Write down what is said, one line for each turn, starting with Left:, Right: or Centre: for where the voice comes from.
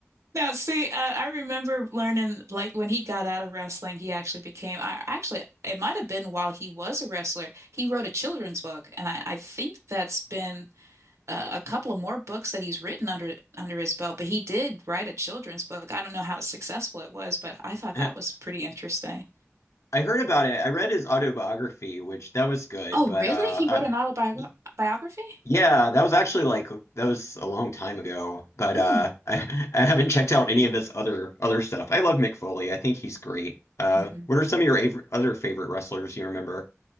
Right: Now, see, uh, I remember learning like when he got out of wrestling, he actually became, I actually, it might have been while he was a wrestler, he wrote a children's book, and I, I think that's been uh, a couple of more books that he's written under under his belt. But he did write a children's book. I don't know how successful it was, but I thought
Left: <laughs>
Right: that was pretty interesting.
Left: I heard about it. I read his autobiography, which that was good,
Right: Oh,
Left: but
Right: really?
Left: uh,
Right: He
Left: I,
Right: wrote an autobiography?
Left: Yeah, that was actually like that was a long time ago, but
Right: Mm.
Left: uh <laughs> I, I haven't checked out any of his other other stuff. I love Mick Foley. I think he's great. Uh
Right: hmm
Left: what are some of your av- other favorite wrestlers you remember?